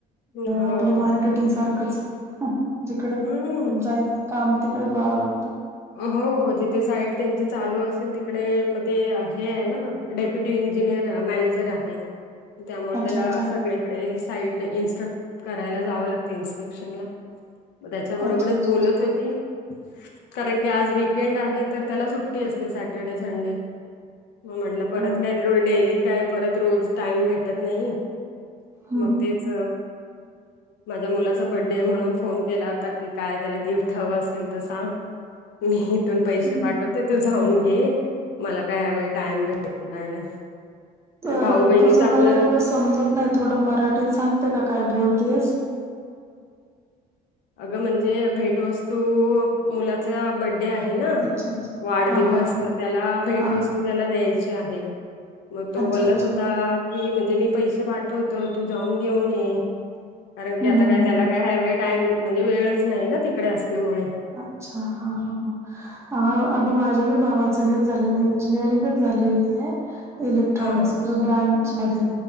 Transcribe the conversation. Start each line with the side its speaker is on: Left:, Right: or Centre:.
Left: ह
Right: आपलं मार्केटिंग सारखंच जिकडे
Left: हम्म
Right: जाईल काम तिकडे पळावं लागतं
Left: हो हो जिथे साईड त्यांची चालू असेल तिकडे मग ते हे आहे ना डेपो फुट इंजिनिअर मॅनेजर आहे त्यामुळे
Right: अच्छा
Left: त्याला
Right: अच्छा
Left: सगळीकडे साईड इन्स्ट्रक्ट करायला जावं लागतं इन्स्पेक्शन ला मग त्याच्या बरोबरच
Right: अच्छा अच्छा
Left: बोलत
Right: अच्छा
Left: होती कारण की आज वीकेंड आहे तर त्याला सुट्टी असते सॅटर्डे संडे मग म्हटलं परत
Right: हो
Left: काय डेली काय परत रोज टाइम भेटत नाही
Right: हम्म
Left: मग तेच माझ्या मुलाचा बड्डे म्हणून फोन केला होता की काय त्याला गिफ्ट हवं असेल तर सांग मी इथून पैसे
Right: हम्म
Left: पाठवते
Right: हम्म.
Left: तू जाऊन घे मला कायवेेळी टाइम भेटणार नाही
Right: अ
Left: भाऊ बहिणीच
Right: तुझं
Left: आपलं
Right: मला एवढं समजत नाही थोडं मराठीत सांगते का काय बोलतेस
Left: अगं म्हणजे भेट वस्तू मुलाच्या बड्डे उद्या आहे ना
Right: अच्छा अच्छा
Left: वाढदिवस
Right: हा हा हा
Left: तर त्याला
Right: हा
Left: भेट
Right: हा.
Left: वस्तू त्याला द्याची आहे मग तो
Right: अच्छा
Left: बोलत
Right: अच्छा
Left: होता
Right: हम्म
Left: की म्हणजे मी पैसे पाठवतो तू जाऊन घेऊन ये कारण की आता
Right: हम्म
Left: काय
Right: हम्म
Left: त्याला काय ह्यावेेळी टाईम म्हणजे वेळच नाही ना तिकडे असल्यामुळे
Right: आच्छा हा हा हा अगं माझ्या विभागचं हेच झालेलं इंजीनियरिंग झालेलीये इलेक्ट्रॉनिक्स
Left: हा हा
Right: व ब्रांच मध्ये